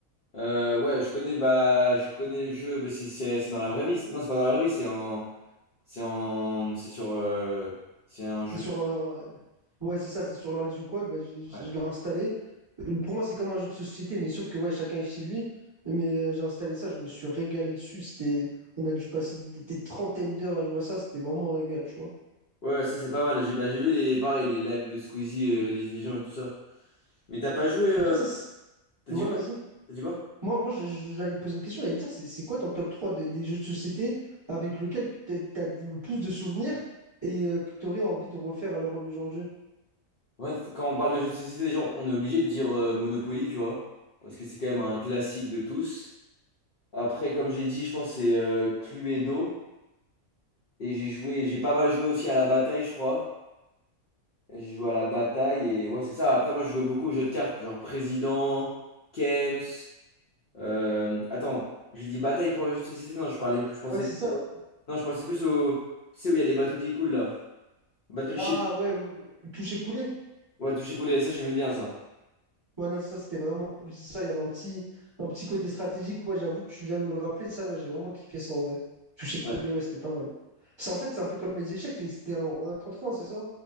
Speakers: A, on the left; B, on the right.
A: Euh, ouais, je connais, bah, je connais le jeu, mais c'est c'est- c'est dans la vraie vie. c'est- Non, c'est pas dans la vraie vie, c'est en, c'est en, c'est sur, euh, c'est un jeu.
B: C'est sur un, Ouais, c'est ça, c'est sur l'ordi ou quoi, bah, je, je-
A: Ouais,
B: je l'ai installé. Euh, Pour moi, c'est comme un jeu de société, mais sauf que ouais, chacun est chez lui. Mais euh, j'ai installé ça, je me suis régalé dessus. C'était... On a dû passer des, des- des trentaines d'heures à jouer à ça, c'était vraiment un régal, tu vois.
A: ouais, ça c'est pas mal. J'ai, bah, j'ai vu les, pareil, les lives de Squeezie, euh, rediffusion et tout ça. Mais t'as pas joué, euh,
B: Mais toi, ça... s-
A: t'as
B: Ouais,
A: dit quoi?
B: vas-y.
A: T'as dit quoi?
B: Moi, moi je- je- j'allais te poser une question, j'allais te dire, c'est c'est quoi ton top 3 des, des jeux de société avec lequel t'es- t'as le plus de souvenirs et euh, que t'aurais envie de refaire à l'heure d'aujourd'hui?
A: Ouais, t- quand on parle de jeux de société, les gens, on est obligé de dire euh, Monopoly, tu vois, parce que c'est quand même un classique de tous. Après, comme j'ai dit, je pense que c'est euh, Cluedo, et j'ai joué, j'ai pas mal joué aussi à la bataille, je crois. Et J'ai joué à la bataille et ouais, c'est ça. Après, moi, je jouais beaucoup aux jeux de cartes, genre président, Kems. euh, Attends, j'ai dit bataille pour le jeu de société. Non, je parlais, je pensais
B: Ouais, c'est
A: plus
B: ça.
A: au... Non, je pensais plus au. Tu sais où il y a les bateaux qui coulent là? Battleship.
B: Ah ouais, ou- toucher coulé
A: Ouais, toucher couler, ça, j'aimais bien ça.
B: Ouais, non, ça c'était vraiment cool. C'est Ça, il y avait un petit, un petit côté stratégique. Ouais, j'avoue que tu viens de me le rappeler. Ça, ouais, j'ai vraiment kiffé ça. Ouais. Toucher coulé,
A: Ouais,
B: ouais, c'était pas mal. C'est en fait, c'est un peu comme les échecs. c'est- C'était un, un contre un, c'est ça?